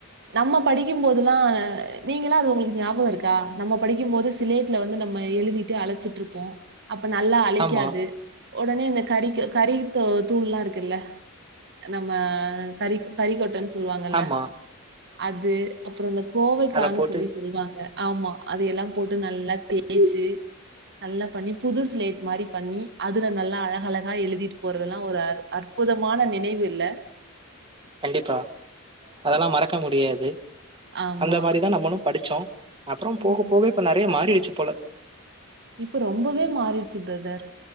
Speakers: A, on the right; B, on the right.
A: நம்ம படிக்கிம் போதுல்லா நீங்கள்லா அது உங்குளுக்கு ஞாபகோ இருக்கா நம்ம படிக்கிம்போது ஸ் சிலேட்ல வந்து நம்ம எழுதிட்டு அழைச்சிட்ருப்போ அப்ப நல்லா அழைக்காது
B: ஆமா,
A: ஒடனே இந்த கரிக்கு கரி து தூள்ல்லா இருக்குல்ல நம்ம கரிக் கரிக்கொட்டன் சொல்வாங்கல்ல
B: ஆமா.
A: அது அப்புறோ இந்த கோவைக்கான்
B: அத போட்டு
A: சொல்லி சொல்வாங்க. ஆமா அத எல்லாம் போட்டு நல்லா தேய்ச்சு நல்லா பண்ணி புது சிலேட் மாரி பண்ணி அதுல நல்லா அழகழகா எழுதிட்டு போறதெல்லா ஒரு அற் அற்ப் புதமான நினைவு இல்ல.
B: கண்டிப்பா அதல்லாம் மறக்க முடியாது
A: ஆமா
B: அந்த மாரிதா நம்மளும் படிச்சோ. அப்புறம் போக
A: ம்.
B: போக இப்ப நெறைய மாறிடுச்சு போல.
A: இப்ப ரொம்பவே மாறிடுச்சு பிரதர்